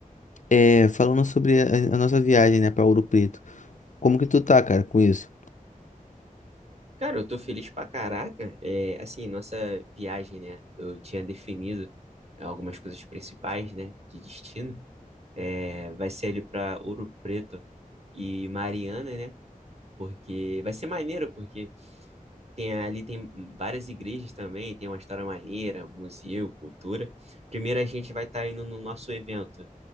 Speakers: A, on the left; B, on the right.
A: é, falando sobre a, a nossa viagem, né, para Ouro Preto, como que tu tá, cara, com isso?
B: Cara, eu tô feliz pra caraca. É, assim, nossa viagem, né? Eu tinha definido é, algumas coisas principais, né? De destino. É, vai ser ali para Ouro Preto e Mariana, né? Porque vai ser maneiro, porque tem ali tem várias igrejas também, tem uma história maneira, museu, cultura. Primeiro a gente vai estar indo no nosso evento